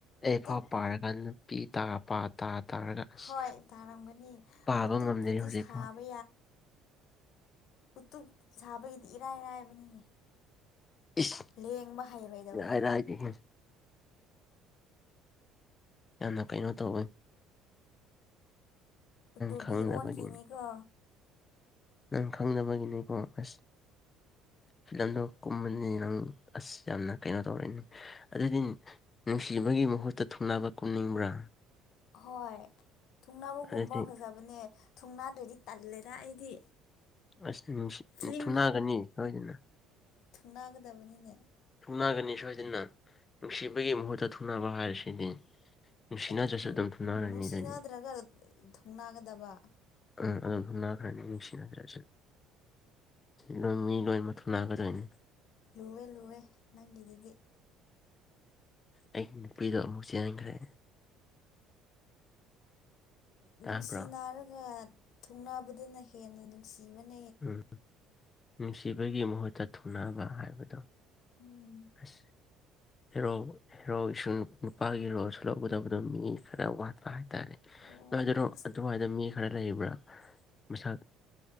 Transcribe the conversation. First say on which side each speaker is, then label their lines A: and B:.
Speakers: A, on the left; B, on the left.
A: ꯑꯦꯐ
B: ꯎꯇꯨꯞ
A: ꯄꯥꯔꯒ ꯅꯨꯄꯤ ꯇꯥ ꯄꯥ ꯇꯥ ꯇꯥꯔꯒ ꯑꯁ
B: ꯍꯣꯏ ꯇꯥꯔꯝꯒꯅꯤ
A: ꯄꯥꯕ
B: ꯎꯇꯨꯞꯄꯨꯗꯤ
A: ꯉꯝꯗꯔꯤ ꯍꯧꯖꯤꯛꯐꯥꯎ
B: ꯁꯥꯕ ꯎꯇꯨꯞ ꯁꯥꯕꯒꯤꯗꯤ ꯏꯔꯥꯏꯔꯥꯏꯕꯅꯤꯅꯦ
A: ꯏꯁ
B: ꯂꯦꯡꯕ ꯍꯩꯔꯩꯗꯕꯅꯤꯅꯦ
A: ꯍꯥꯏꯔ ꯍꯥꯏꯗꯤꯍꯦ ꯌꯥꯝꯅ ꯀꯩꯅꯣ ꯇꯧꯋꯤ
B: ꯎꯠꯇꯨꯕꯤ
A: ꯈꯪꯗꯕꯒꯤꯅꯤ
B: ꯑꯣꯟꯈꯤꯅꯤꯀꯣ
A: ꯅꯪ ꯈꯪꯅꯕꯒꯤ ꯅꯤꯀꯣ ꯑꯁꯤꯁ ꯐꯤꯂꯝꯗꯣ ꯀꯨꯝꯕꯅꯤ ꯅꯪ ꯑꯁ ꯌꯥꯝꯅ ꯀꯩꯅꯣ ꯇꯧꯔꯦ ꯑꯗꯨꯗꯤ ꯅꯨꯡꯁꯤꯕꯒꯤ ꯒꯤ ꯃꯍꯨꯠꯇ ꯊꯨꯡꯅꯕ ꯀꯨꯝꯅꯤꯡꯕ꯭ꯔꯥ
B: ꯍꯣꯏ ꯊꯨꯡꯅꯥꯕꯨꯒꯨꯝꯕ
A: ꯑꯗꯨꯗꯤ
B: ꯐꯖꯕꯅꯦ ꯊꯨꯡꯅꯥꯗꯗꯤ ꯇꯜꯂꯦ ꯑ ꯑꯩꯗꯤ
A: ꯑꯁ
B: ꯐꯤꯂꯝ
A: ꯊꯨꯡꯅꯒꯅꯤ ꯁꯣꯏꯗꯅ
B: ꯅꯥꯒꯗꯕꯅꯤꯅꯦ
A: ꯊꯨꯅꯒꯅꯤ ꯁꯣꯏꯗꯅ ꯅꯨꯡꯁꯤꯕꯒꯤ ꯃꯍꯨꯠꯇ ꯊꯨꯅꯕ ꯍꯥꯏꯔꯤꯁꯤꯗꯤ ꯅꯨꯡꯁꯤꯅꯗ꯭ꯔꯁꯨ
B: ꯑꯦ
A: ꯑꯗꯨꯝ ꯊꯨꯡꯅꯔꯅꯤ
B: ꯅꯨꯡꯁꯤꯅꯗ꯭ꯔꯒ
A: ꯑꯗꯨꯗꯤ
B: ꯊꯧꯅꯥꯒꯗꯕ
A: ꯎ ꯑꯗꯨꯅꯈ꯭ꯔꯅꯤ ꯃꯤꯁꯤꯆꯔ ꯑꯁ ꯂꯣꯏ ꯃꯤ ꯂꯣꯏꯅꯃꯛ ꯊꯨꯅꯥꯒꯗꯣꯏꯅꯤ
B: ꯂꯨꯋꯦ ꯂꯨꯋꯦ ꯏꯔꯗꯤ
A: ꯑꯩꯒꯤ ꯅꯨꯄꯤꯗꯣ ꯑꯃꯨꯛ ꯆꯟꯈ꯭ꯔꯦ ꯇꯥꯕ꯭ꯔꯣ
B: ꯅꯨꯡꯁꯤ ꯔꯒ ꯊꯨꯡꯅꯥꯕꯗꯅ ꯍꯦꯟꯅ ꯅꯨꯡꯁꯤꯕꯅꯤ
A: ꯎꯝ ꯅꯨꯡꯁꯤꯕꯒꯤ ꯃꯍꯨꯠꯇ ꯊꯨꯡꯅꯕ ꯍꯥꯏꯕꯗꯣ
B: ꯎꯝ
A: ꯑ ꯍꯦꯔꯧ ꯍꯦꯔꯧ ꯅꯨꯄꯥꯒꯤ ꯔꯣꯜꯁꯨ ꯂꯧꯒꯗꯕꯗ ꯃꯤ ꯈꯔ ꯋꯥꯠꯄ ꯍꯥꯏ ꯍꯥꯏꯇꯥꯔꯦ
B: ꯑꯣ
A: ꯑꯗꯨꯗꯅꯣ
B: ꯑꯁ
A: ꯑꯗꯨꯃꯥꯏꯅ ꯃꯤ ꯈꯔ ꯂꯩꯕ꯭ꯔꯥ ꯃꯁꯥ